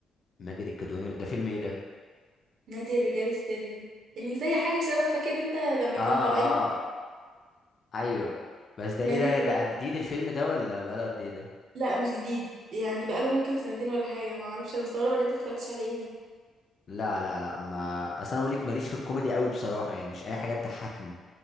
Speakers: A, on the left; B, on the right.
A: ماجد الكدواني ده فيلم إيه ده؟
B: نادي الرجال السري يعني زي حاجه شبه فاكر انت لما
A: آه
B: كانوا طالعين
A: آه أيوه بس ده
B: نادي
A: إيه ده
B: الرجال
A: ده جديد الفيلم ده ولا بقاله قد إيه ده؟
B: لا مش جديد يعني بقاله ممكن سنتين ولا حاجه ما اعرفش انا مستغربه ان انت متفرجتش عليه يعني
A: لا لا لا ما اصل انا بقول لك ماليش في الكوميدي قوي بصراحه يعني مش اي حاجه تضحكني